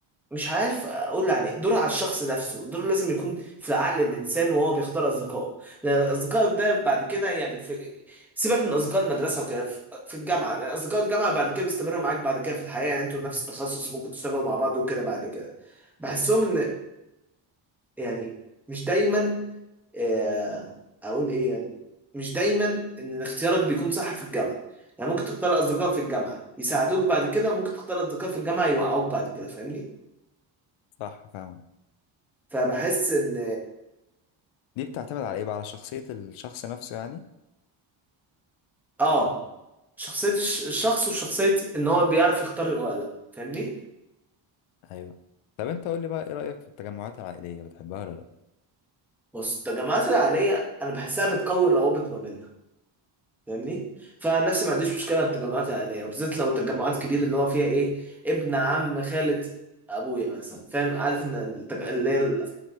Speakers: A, in the centre; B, on the left (about 75°).
A: مش عارف اقول عليه دور على الشخص نفسه دور لازم يكون في عقل الانسان وهو بيختار اصدقائه لان اصدقائك ده بعد كده يعني في سيبك من اصدقاء المدرسه وكده في في الجامعه لأن اصدقاء الجامعه بعد كده بيستمروا معاك بعد كده في الحياه يعني انتوا نفس التخصص ممكن تشتغلوا مع بعض وكده بعد كده بحسهم ان يعني مش دايما آه، اقول ايه يعني مش دايما ان اختيارك بيكون صح في الجامعه يعني ممكن تختار اصدقاء في الجامعه يساعدوك بعد كده ممكن تختار اصدقاء في الجامعه يوقعوك بعد كده فاهمني
B: صح فاهم
A: فبحس ان
B: دي بتعتمد على ايه بقى على شخصية الشخص نفسه يعني
A: اه شخصيه الش- الشخص وشخصيه ان هو بيعرف يختار ولا لا فاهمني
B: ايوه طب انت قول لي بقى ايه رأيك في التجمعات العائلية بتحبها ولا لا؟
A: بص التجمعات العائليه انا بحسها بتقوي الروابط ما بيننا فاهمني فنفسي ما عنديش مشكله مع التجمعات العائليه وبالذات لو التجمعات كبيره اللي هو فيها ايه ابن عم خالة ابويا مثلا فاهم عارف ان التج... اللي هي ال-